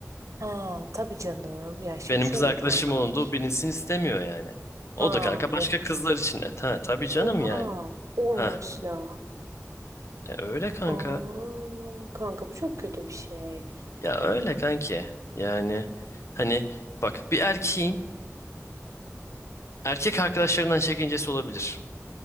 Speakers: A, on the right; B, on the left.
A: Ha, tabii canım. Ya şimdi
B: Benim
A: şöyle
B: kız arkadaşım
A: kanka.
B: olduğu bilinsin istemiyor yani. O
A: Ha,
B: da kanka
A: ne?
B: başka kızlar için. E, ta, tabii canım
A: Oha.
B: yani.
A: O amaçla.
B: Ha, e, öyle kanka.
A: Aa, kanka bu çok kötü bir şey.
B: Ya öyle kanki. Yani hani bak bir erkeğin erkek arkadaşlarından çekincesi olabilir.